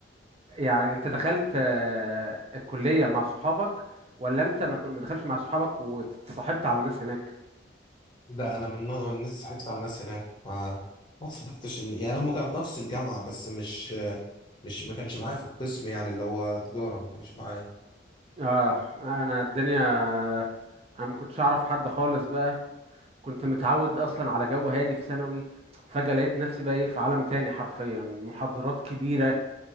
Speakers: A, on the right; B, on the left.
A: يعني انت دخلت آه، الكلية مع صحابك ولا انت ما كن- ما دخلتش مع صحابك واتصاحبت على الناس هناك
B: ده انا من نوع الناس صاحبت على الناس هناك ما ما صادفتش ان يعني هم كانوا في نفس الجامعه بس مش مش ما كانش معايا في القسم يعني اللي هو تجاره ما كانش معايا
A: اه انا الدنيا انا ما كنتش اعرف حد خالص بقى كنت متعود اصلا على جو هادي في ثانوي فجأة لقيت نفسي بقى ايه في عالم تاني حرفيا محاضرات كبيرة